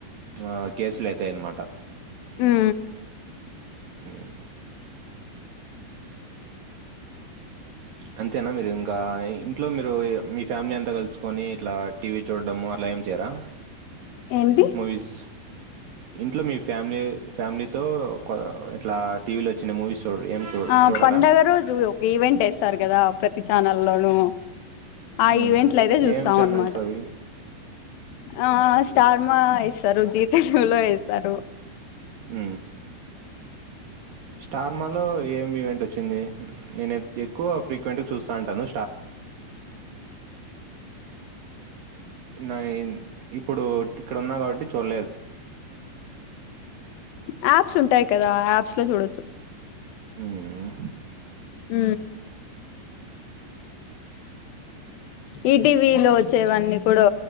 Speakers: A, on the right; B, on the left.
A: ఆ కేసులు అయితాయన్నమాట
B: ఉ
A: ఉమ్. అంతేనా మీరు ఇంకా ఇంట్లో మీరు మీ ఫ్యామిలీ అంతా కలుసుకొని ఇట్లా టీవీ చూడడము అలా ఏం చేయరా
B: ఏంటి
A: మువిూష్ ఇంట్లో మీ ఫ్యామిలీ ఫ్యామిలీతో ఇట్లా టీవీలో వచ్చిన మూవీస్ చూ ఏం చూ
B: ఆ
A: చూడరా
B: పడుగ రోజు ఒక ఈవెంట్ వేస్తారు కదా ప్రతి ఛానల్లోనూ ఆ
A: ఉమ్.
B: ఈవెంట్ లో అయితే చూస్తాం
A: ఏం ఛానల్స్
B: అనమాట
A: అవి
B: ఆ స్టార్మా వేస్తారు జీతెన్లో వేస్తారు
A: అ స్టార్మాలో ఏమి ఈవెంట్ వచ్చింది నేను ఎక్కువ ఫ్రీక్వెంట్గా చూస్తా ఉంటాను అ ఇప్పుడు ఇక్కడన్నా కాబట్టి చూడ
B: యాప్స్ ఉంటాయి కదా యాప్స్ లో చూడచ్చు
A: మ్మ్.
B: హ ఈ టీవీ లో వచ్చేవన్నీ కూడా